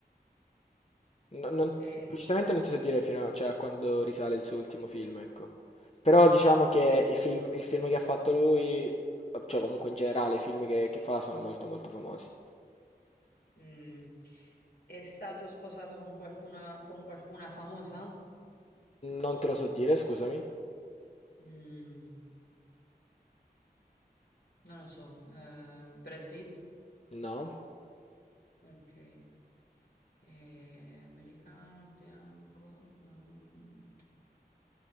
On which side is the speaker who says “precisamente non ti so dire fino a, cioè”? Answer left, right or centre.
Left